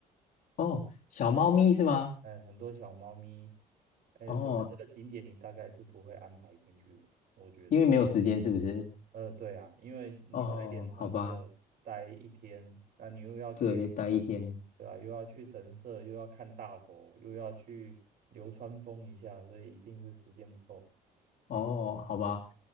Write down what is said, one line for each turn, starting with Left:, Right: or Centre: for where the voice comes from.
Left: 哦，小猫咪是吗？
Right: 哎呃，很多小猫咪，呃，
Left: 哦，
Right: 可是这个景点你大概是不会安排进去，我觉得。
Left: 因为没有时间是不是？
Right: 呃，对啊，因为你在镰仓只有待一天，
Left: 哦，好吧，
Right: 那你又要去，
Left: 对，待一天。
Right: 对啊，又要去神社，又要看大佛，又要去流川枫一下，所以一定是时间不够。
Left: 哦，好吧，